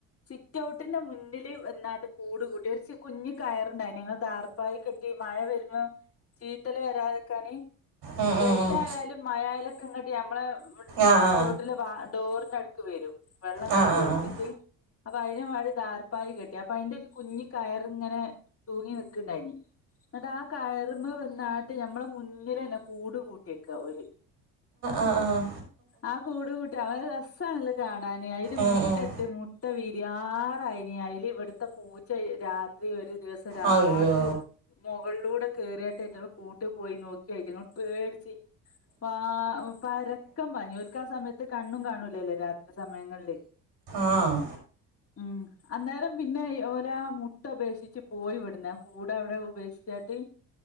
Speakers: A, on the left (about 30°); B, on the right (about 60°).
A: സിറ്റൗട്ടിന്റെ മുന്നില് വ ന്നാണ്ട് കൂട് കൂട്ടി ഒരുച്ച് കുഞ്ഞ് കയറുണ്ടായിന്ന് ഞങ്ങൾ താറ പ്പായി കെട്ടി മഴ വരുമ്പോ ചീത്തല് വരാതക്കാന്.
B: ഉം,
A: വെയിലായാലും
B: ഉം, ഉം.
A: മഴായാലൊക്കെ ഇങ്ങട്ടി നമ്മളെ
B: ആ
A: സിറ്റോട്ടില്
B: ആ
A: വാ ഡോറിന്റെ അടുക്ക് വരും വെള്ളം ഇങ്ങട്ട്
B: ആ ആ ആ ആ
A: തെറിച്ചിട്ട് അപ്പൊ അയിന് വാണ്ടി ദാറ്പ്പായി കെട്ടി അപ്പൊ അയിന്റെ ഒരു കുഞ്ഞി കയറ്ങ്ങനേ തൂങ്ങി നിക്ക്ണ്ടായിനി ഇന്ന്ട്ട് ആ കയറുമ്മെ വന്നാട്ട് ഞമ്മളെ മുന്നിലെന്നേ കൂട് കൂട്ടിയേക്ക ഓല്
B: ആഹ് ആഹ്
A: ആ കൂട് കൂട്ടി അവര രസ്സാണല്ലേ കാണാന് അയില് മുട്ട
B: ഉം, ഉം.
A: ഇട്ട് മുട്ട വിരി യാറായിന് അയില് ഇവിട്ത്തെ പൂച്ച രാ ത്രി ഒരു ദിവസം രാത്രി
B: അയ്യോ
A: മുകളിലൂടെ കേറീട്ട് റ്റളെ കൂട്ടിൽ പോയി നോക്കി അയിറ്റങ്ങൾ പേട്ച്ചി പാ പരക്കം പാഞ്ഞു ഓൽക്കാ സമയത്ത് കണ്ണും കാണൂലല്ലോ രാത്രി സമയങ്ങളില്
B: ആഹ്
A: ഉം അന്നേരം പിന്നെ ഈ ഓലാ മുട്ട ഉപേക്ഷിച്ച് പോയി ഇവിടുന്ന് കൂടെഅവിടെ ഉപേക്ഷിച്ചായിട്ട്